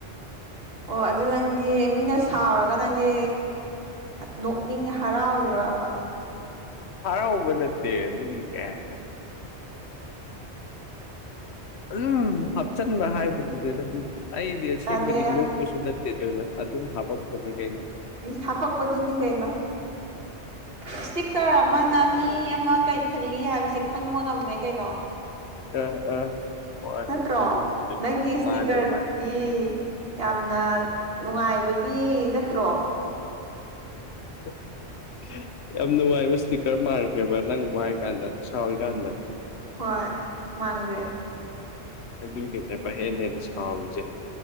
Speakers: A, on the right (about 60°); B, on the left (about 70°).
A: ꯑꯣ ꯑꯗꯨ ꯅꯪꯗꯤ ꯃꯤꯅ ꯁꯥꯎꯔꯒ ꯅꯪꯗꯤ ꯅꯣꯛꯅꯤꯡ ꯍꯔꯥꯎꯔꯤꯔ ꯋꯥꯕ
B: ꯍꯔꯥꯎꯕ ꯅꯠꯇꯦ ꯑꯗꯨꯝ ꯀꯌꯥꯁ ꯑꯗꯨꯝ ꯍꯥꯞꯆꯤꯟꯕ ꯍꯥꯏꯕꯗꯨꯗꯤ ꯑꯗꯨꯝ ꯑꯩꯗꯤ ꯑꯁꯦꯡꯕꯗꯤ
A: ꯌꯥꯗꯦ
B: ꯂꯣꯛꯄꯁꯨ ꯅꯠꯇꯦ ꯑꯗꯨꯅ ꯑꯗꯨꯝ ꯍꯥꯕꯄꯛꯄꯅꯤ ꯀꯩꯅꯣ
A: ꯁꯥꯄꯛ ꯄꯊꯅꯤ ꯀꯩꯅꯣ ꯏꯁꯇꯤꯀꯔ ꯑꯃꯅ ꯃꯤ ꯑꯃ ꯀꯔꯤ ꯈꯠꯂꯤ ꯍꯥꯏꯕꯁꯦ ꯈꯪꯕ ꯉꯝꯃꯦ ꯀꯩꯅꯣ
B: ꯑꯥ ꯑꯥ ꯍꯣꯏ
A: ꯅꯠꯇ꯭ꯔꯣ
B: ꯑꯗꯨꯕꯨꯗꯤ
A: ꯅꯪ ꯏꯁꯇꯤ
B: ꯃꯥꯅꯤ
A: ꯀꯗꯤ
B: ꯃꯥꯅꯤ
A: ꯌꯥꯝꯅ ꯅꯨꯡꯉꯥꯏꯕꯒꯤ ꯅꯠꯇ꯭ꯔꯣ
B: <unintelligible> ꯌꯥꯝ ꯅꯨꯡꯉꯥꯏꯕ ꯏꯁꯄꯤꯀꯔ ꯃꯥꯟꯈ꯭ꯔꯦꯕ ꯅꯪ ꯋꯥꯏ ꯀꯥꯟꯗ ꯁꯥꯎꯔꯤꯀꯥꯟꯗ
A: ꯍꯣꯏ ꯃꯥꯟꯈ꯭ꯔꯦ
B: ꯑꯗꯨꯒꯤꯅꯥ ꯃꯍꯦꯜꯂꯦꯕꯥ ꯁꯥꯎꯔꯤꯖꯦ